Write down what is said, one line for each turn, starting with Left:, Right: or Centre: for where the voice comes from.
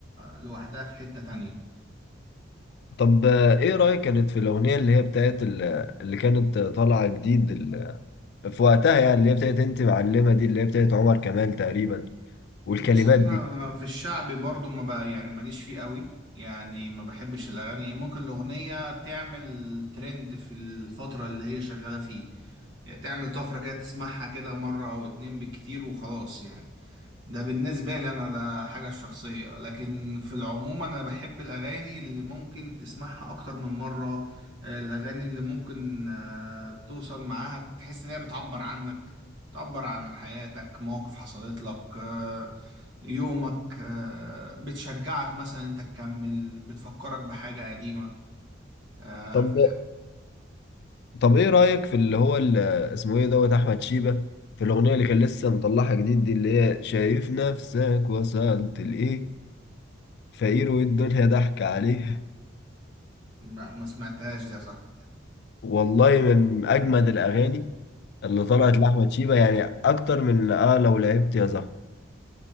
Right: لوحدها في حته تانية
Left: طب آه، ايه رأيك كانت في الأغنية اللي هي بتاعت ال- اللي كانت طالعة جديد في وقتها يعني اللي هي بتاعت انت معلمه دي اللي هي بتاعت عمر كمال تقريبا والكلمات
Right: بص
Left: دي
Right: انا في الشعبي برضو ما بقى يعني ماليش فيه قوي يعني ما بحبش الاغاني ممكن الاغنيه تعمل ترند في الفتره اللي هي شغاله فيه يعني تعمل طفره كده تسمعها كده مره او اتنين بالكتير وخلاص يعني ده بالنسبة لي أنا ده حاجة شخصية لكن في العموم أنا بحب الأغاني اللي ممكن تسمعها أكتر من مرة آه، الأغاني اللي ممكن آه، توصل معاها تحس إن هي بتعبر عنك تعبر عن حياتك مواقف حصلت لك آه، يومك آه، بتشجعك مثلا أنت تكمل بتفكرك بحاجة قديمة آه،
Left: طب طب ايه رايك في اللي هو ال- اسمه ايه دوت احمد شيبه في الاغنيه اللي كان لسه مطلعها جديد دي اللي هي شايف نفسك وصلت لايه فقير والدنيا ضحك عليها
Right: ما ما سمعتهاش دي يا صاحبي
Left: والله من اجمد الاغاني اللي طلعت لاحمد شيبه يعني اكتر من اه لو لعبت يا زهر